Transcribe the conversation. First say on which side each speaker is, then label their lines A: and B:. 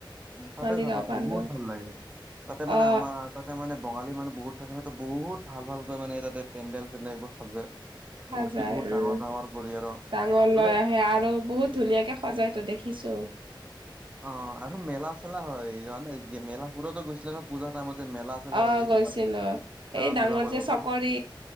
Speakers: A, on the right (about 15°); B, on the right (about 75°).
A: উম, তাতে
B: মালিগাঁও
A: যাবা
B: পাণ্ডু
A: বহুত ভাল লাগে তাতে মানে
B: অ
A: আমাৰ তাতে মানে বঙালী মানুহ বহুত তাৰকাৰনে তো বহুত ভাল ভালকৈ মানে তাতে পেণ্ডেল - চেণ্ডেল এইবোৰ সাজে।
B: সাজাই
A: মূৰ্তি বহুত ডাঙৰ
B: উম।
A: ডাঙৰ কৰি আৰু
B: ডাঙৰ
A: মানে
B: লৈ আহে আৰু বহুত ধুনীয়াকে সজাইতো দেখিছো।
A: অ আৰু মেলা চেলা হয় জাননে মেলাপুৰতো গৈছিলে নহয় পূজা টাইমত। যে মেলা চেলা
B: অ
A: হৈ যে
B: গৈছিলো,
A: কিবা খেলা
B: এই
A: ধূলা
B: ডাঙৰ
A: কৰিব
B: যে চকৰি।
A: পাৰি।